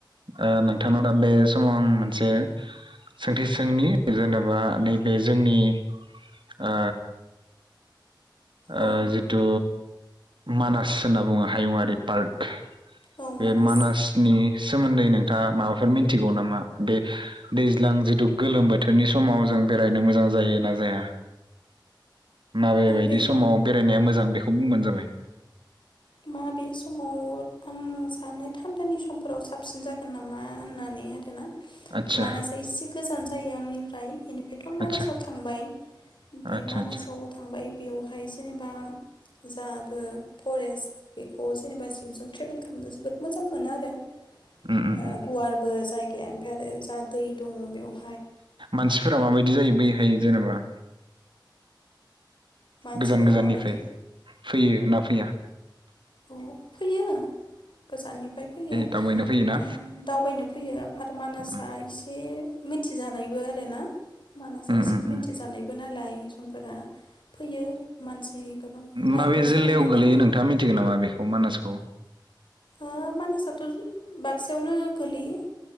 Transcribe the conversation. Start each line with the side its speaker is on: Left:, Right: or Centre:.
Right: ओ नोंथांनाव दा बे समाव आं मोनसे सोंथि सोंनि जेनेबा नैबे जोंनि ओ ओ
Left: औ
Right: जिथु मानास होनना बुङो हायुङारि पार्क
Left: औ मानास
Right: बे मानासनि सोमोन्दै नोंथाङा माबाफोर मिनथिगौ नामा बे दैज्लां जिथु गोलोम बोथोरनि समाव जों बेरायनो मोजां जायो ना जाया? माबे बायदि
Left: बेखौ
Right: बेरायनाया मोजां बेखौ बुंबानो जाबाय।
Left: माबे समाव आं सानो थान्दानि समफोराव साबसिन जागोन नामा होननानै आरो ना।
Right: आदसा
Left: मानासा इससे गोजान जायो आंनिफ्राय ओमफायथ' आं मानासाव
Right: आदसा
Left: थांबाय
Right: आदसा
Left: ओमफ्राय मानासाव
Right: आदसा
Left: थांबाय बेवहाय जेनेबा जा बो फरेस्ट बेखौ जेनेबा जिबजों ट्रेभेल खालामनो जोबोद मोजां मोनो आरो। ओ
Right: उम उम उम
Left: गुवारबो जाय गाया ओमफ्राय आरो जा दै दङ बेयाव
Right: मानसिफोरा माबायदि जायो बैहाय जेनेबा
Left: मानसिफोरा
Right: गोजान गोजाननिफ्राय
Left: माबायदि
Right: फैयो ना फैया?
Left: औ फैयो। गोजाननिफ्राय फैयो
Right: दावबायनो फैयोना
Left: ओ दावबायनो फैयो आरो मानासआ
Right: उम
Left: एसे मिथिजानायबो आरो ना? मानासा
Right: उम
Left: एसे
Right: उम
Left: मिथिजानायबो नालाय सुबुंफोरा फैयो मानसि गोबां नायनोबो
Right: माबे जिल्लायाव
Left: समायना
Right: गोलैयो
Left: नालाय
Right: नोंथाङा मिथिगोन नामा बे मानासखौ?
Left: ओ मानासाथ' बाक्सायावनो गोलैयो।